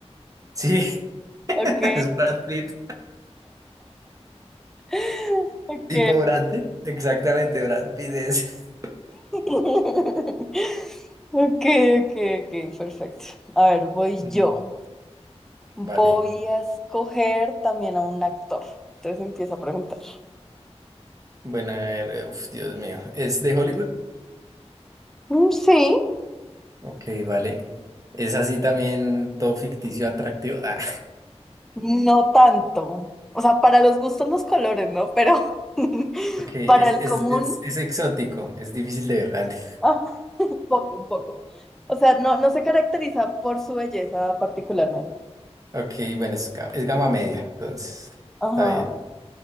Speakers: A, on the right; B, in the centre.
A: Sí, <laughs>
B: Ok,
A: es Brad Pitt.
B: <laughs> ok,
A: ¿Tipo Brad Pitt? Exactamente, Brad Pitt es.
B: ok. <laughs> Ok, ok, ok, perfecto. A ver, voy
A: <laughs> Ujú.
B: yo.
A: Vale.
B: Voy a escoger también a un actor. Entonces empiezo a preguntar.
A: Bueno, a ver, eh, uf, Dios mío. ¿Es de Hollywood?
B: "Mm, Sí,
A: Ok, vale. ¿Es así también todo ficticio, atractivo? Ah,
B: no tanto. O sea, para los gustos los colores, ¿no? Pero <laughs>
A: <laughs> ok, es,
B: para el
A: es,
B: común,
A: es, es exótico, es difícil de ver. Ah, <laughs>
B: ajá, un poco, un poco. O sea, no, no se caracteriza por su belleza particularmente.
A: Ok, bueno, es, ga- es gama media, entonces,
B: Ajá.
A: está bien.